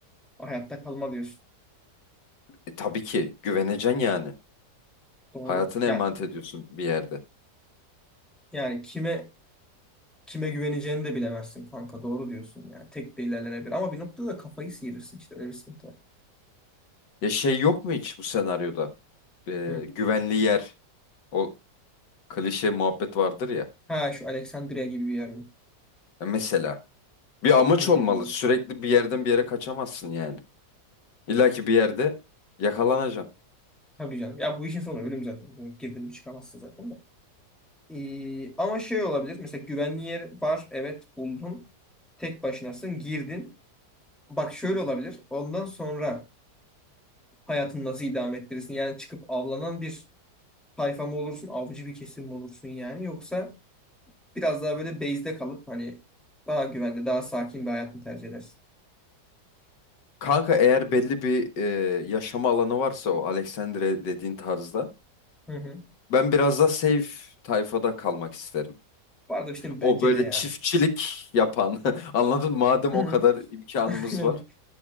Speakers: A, in the centre; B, on the left.
A: Hayatta kalma diyorsun.
B: E, tabii ki güveneceksin yani.
A: Doğru.
B: Hayatını emanet
A: Ya
B: ediyorsun bir yerde.
A: yani kime kime güveneceğini de bilemezsin kanka. Doğru diyorsun yani. Tek de ilerlenebilir ama bir noktada da kafayı sıyırırsın işte öyle bir sıkıntı var.
B: Ya şey yok mu hiç bu senaryoda? E,
A: Hı.
B: güvenli yer. O klişe muhabbet vardır ya.
A: Ha şu Alexandria gibi bir yer. mi?
B: Ya mesela bir amaç
A: Hmm,
B: olmalı. Sürekli bir yerden bir yere kaçamazsın yani. İlla ki bir yerde yakalanacaksın.
A: tabii canım. Ya bu işin sonu ölüm zaten. Bunu Girdin mi çıkamazsın zaten de. Ee, ama şey olabilir. Mesela güvenli yer var. Evet buldun. Tek başınasın. Girdin. Bak şöyle olabilir. Ondan sonra hayatını nasıl idame ettirirsin? Yani çıkıp avlanan bir tayfa mı olursun? Avcı bir kesim mi olursun yani? Yoksa biraz daha böyle base'de kalıp hani daha güvenli, daha sakin bir hayat mı tercih edersin?
B: Kanka eğer belli bir e, yaşama alanı varsa o Alexandre dediğin tarzda
A: Hı hı.
B: Ben biraz daha safe tayfada kalmak isterim.
A: Bu arada işte bence
B: O böyle
A: de ya.
B: çiftçilik yapan, <laughs> anladın mı? Madem
A: Hı
B: o
A: hı.
B: kadar imkanımız
A: <laughs> Aynen.
B: var,